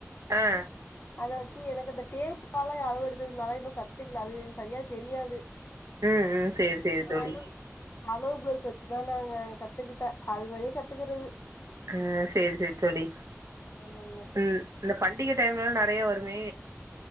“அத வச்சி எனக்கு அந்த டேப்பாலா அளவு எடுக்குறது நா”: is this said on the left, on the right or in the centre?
Left